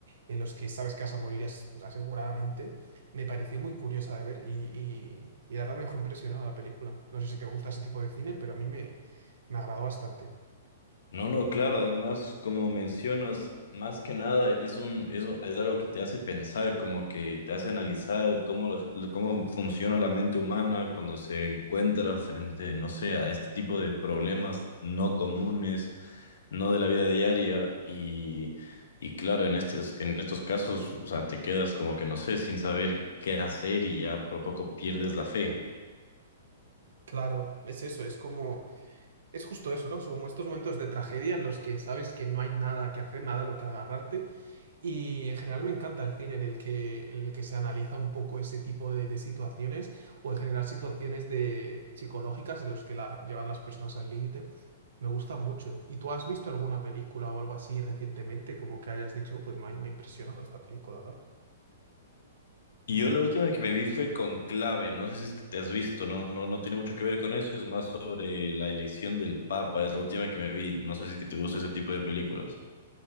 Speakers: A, on the right; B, on the left.
A: en los que sabes que vas a morir as- aseguradamente, me pareció muy curiosa de ver y, y- y la verdad me dejó impresionado la película. No sé si te gusta ese tipo de cine, pero a mí me, me agradó bastante.
B: No, no, claro, además, como mencionas, más que nada es un, es, es algo que te hace pensar, como que te hace analizar cómo, la- cómo funciona la mente humana cuando se encuentra frente, no sé, a este tipo de problemas no comunes, no de la vida diaria, y, y claro, en estos, en estos casos, o sea, te quedas como que no sé, sin saber qué hacer y ya por poco pierdes la fe.
A: Claro, es eso, es como, es justo eso, ¿no? Son como estos momentos de tragedia en los que sabes que no hay nada que hacer, nada a lo que agarrarte. Y en general me encanta el cine en el que, en el que se analiza un poco ese tipo de, de situaciones o en general situaciones de, psicológicas en los que la, llevan las personas al límite. Me gustan mucho. ¿Y tú has visto alguna película o algo así recientemente, como que hayas dicho, "Oh, pues me ha, me ha impresionado esta película, tal?
B: Y yo la última que me vi fue conclave no sé si es que te has visto, no, no, no tiene mucho que ver con eso, es más sobre la elección del Papa, es la última que me vi, no sé si es que te gusta ese tipo de películas.